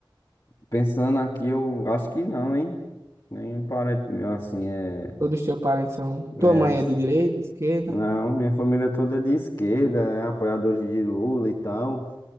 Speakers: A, on the left; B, on the right.
A: pensando aqui, eu acho que não, hein? Nenhum parente meu assim é,
B: Todos os teus parentes são. Tua
A: é.
B: mãe é de direita, esquerda.
A: Não, minha família toda é de esquerda, é apoiadores de Lula e tal.